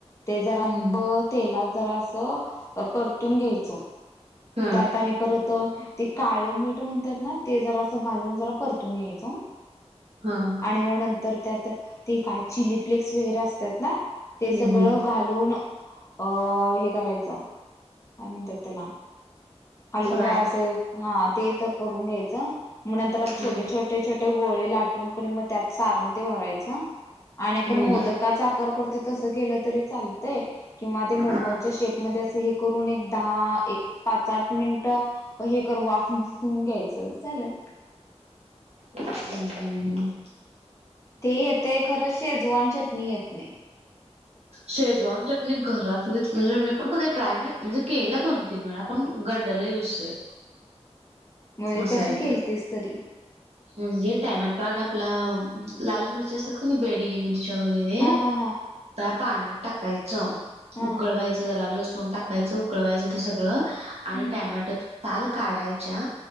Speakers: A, on the left; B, on the right.
A: ते जरा
B: हम्म
A: तेलात जरासं परतून घ्यायचं.
B: हा
A: त्यात आणि परत अ ते काळ मीठ म्हणतात ना. ते जरास घालून जरा परतून घ्यायच.
B: ह.
A: तेव्हा नंतर त्यात ते काय चिली फ्लेक्स वगैरे असतात ना. ते
B: हम्म
A: सगळं घालून अ हे करायचं. काय म्हणतात त्याला? हलवून
B: फ्राय
A: असं हा ते तर करून घ्यायचं. मग नंतर
B: हम्म
A: छोटे छोटे छोटे गोळे लाटून कनी मग त्यात सारण ते भरायच. आणि आपण
B: हम्म.
A: मोदकाचा आकार करतो. तस केलं तरी चालतय. किंवा ते मोमोजच्या
B: हा.
A: शेपमध्ये अस हे करून एकदाहा एक पाच आठ मिनिटं हे कर वाफ घेऊन घ्यायचं झालं.
B: हम्म हम्म हम्म.
A: ते येतय खरं. शेजवान चटणी येत नाही.
B: शेजवान चटणी घरातलीच. म्हणजे मी पण कधी ट्राय नाही. म्हणजे केला दोन तीन वेळा. पण गंडलय विषय.
A: म्हणजे
B: असा
A: कशी
B: आहे
A: केलतीस
B: ते.
A: तरी?
B: म्हणजे टोमॅटो आणि आपला लाल मिरच असतात का नाही. बेडगी मिरची. वगैरे.
A: हा हा हा
B: त्या पाण्यात टाकायचं.
A: हा
B: उकळवायचं जरा. लसूण टाकायचं उकळवायचं ते सगळं. आणि
A: हम्म
B: टोमॅटो साल काढायच्या.